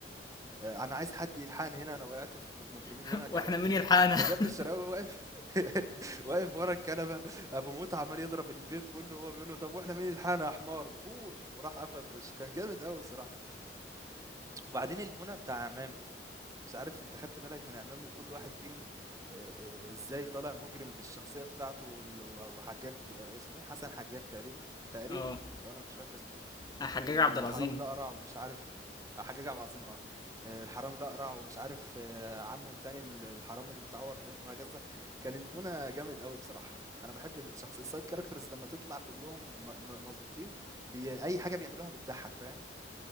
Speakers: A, on the right (about 20°); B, on the left (about 25°).
A: آه، أنا عايز حد يلحقني هنا أنا وقعت في في مجرمين
B: <laughs>
A: هنا
B: <applause> واحنا
A: كمان
B: مين يلحقنا
A: فجابر
B: <laughs>
A: الشرقاوي واقف <laughs> واقف ورا الكنبه ابو موت عمال يضرب البيت كله وهو بيقول له طب واحنا مين اللي لحقنا يا حمار غور وراح قفل في وشه كان جامد قوي بصراحه وبعدين المنى بتاع عمامه مش عارف انت خدت بالك من عمام وكل واحد فيهم آه، آه، ازاي طالع مجرم بالشخصية بتاعته وال- وحجاج آه، اسمه ايه حسن حجاج تقريبا تقريبا
B: اه
A: لو انا مش فاكر اسمه صح آه،
B: حجاج
A: بال-
B: عبد
A: الحرامي
B: العظيم
A: الأقرع ومش عارف آه، حجاج عبد العظيم اه آه، الحرامي الأقرع ومش عارف آه، عمه التاني ال- الحرامي اللي متعور فين وهكذا كان البونة جامد قوي بصراحة انا بحب الشخص السايد كاركترز لما تطلع كلهم م- م- مظبوطين بي... اي حاجة بيعملوها بتضحك فاهم